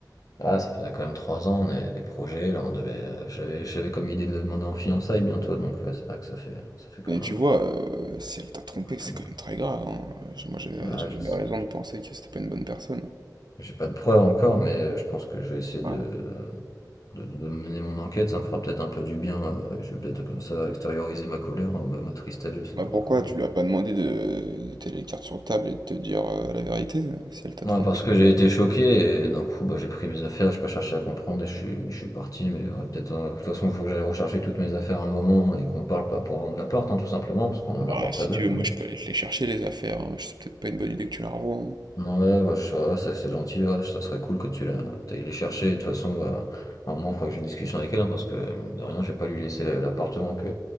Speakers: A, on the left (about 55°); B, on the right (about 75°).
A: ah, ça faisait quand même trois ans, on avait des projets. Là, on devait, euh, j'avais, j'avais comme idée de la demander en fiançailles bientôt, donc ouais, c'est vrai que ça fait, ça fait quand
B: Et
A: même.
B: tu
A: un-
B: vois, heu, si elle t'a trompé,
A: un-
B: c'est
A: quand même
B: quand même très grave, hein, heu, moi j'avais
A: un-
B: j'avais
A: Ouais, je
B: mes
A: sais.
B: raisons de penser que c'était pas une bonne personne,
A: J'ai pas de preuves encore, mais je pense que je vais essayer
B: hein.
A: de, de, de mener mon enquête. Ça me fera peut-être un peu du bien. euh, je vais peut-être comme ça extérioriser ma colère, hein, bah, ma tristesse, je sais
B: Bah
A: pas
B: pourquoi?
A: encore.
B: Tu lui as pas demandé de, de t'aller les cartes sur table et de te dire euh, la vérité, euh, si elle t'a
A: Non,
B: trompé.
A: parce que j'ai été choqué et d'un coup, bah, j'ai pris mes affaires. J'ai pas cherché à comprendre et je suis, je suis parti. Mais ouais, peut-être, euh, de toute façon, il faut que j'aille rechercher toutes mes affaires à un moment et qu'on parle pas pour vendre l'appart, hein, tout simplement, parce qu'on a
B: Bah
A: un appart
B: si
A: à deux
B: tu
A: quand
B: veux, moi
A: même.
B: je peux aller te les chercher les affaires, hein. C'est peut-être pas une bonne idée que tu la revoies. hein.
A: Ouais, bah, ça, ça c'est gentil, ouais, ça serait cool que tu la, t'ailles les chercher. De toute façon, bah, à un moment, il faudra que j'ai une discussion avec elle, hein, parce que, mine de rien, je vais pas lui laisser l'appartement que,